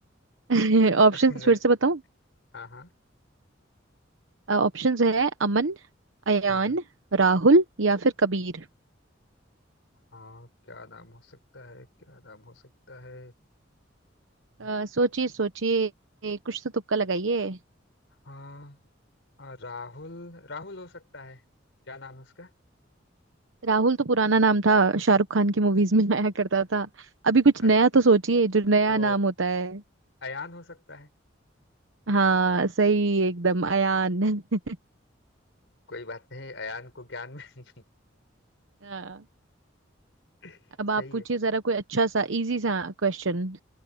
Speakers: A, on the right; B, on the left.
A: <laughs>
B: <laughs>
A: ऑप्शंस
B: नहीं,
A: फिर से बताऊं
B: हाँ हाँ
A: ऑप्शंस है अमन अयान
B: हम्म हम्म।
A: राहुल या फिर कबीर
B: हाँ क्या नाम हो सकता है क्या नाम हो सकता है हम्म,
A: अ, सोचिए सोचिए ए, कुछ तो तुक्का लगाइए
B: हाँ आ, राहुल राहुल हो सकता है क्या नाम है उसका
A: राहुल तो पुराना नाम था शाहरुख खान की मूवीज में आया करता था अभी कुछ
B: अच्छा
A: नया तो सोचिए जो नया
B: तो
A: नाम होता है
B: अयान हो सकता है
A: हाँ सही एकदम अयान <laughs>
B: कोई बात नहीं अयान को ज्ञान में
A: हाँ,
B: <laughs>
A: अब आप
B: सही
A: पूछिए
B: है
A: जरा कोई अच्छा सा इजी सा क्वेश्चन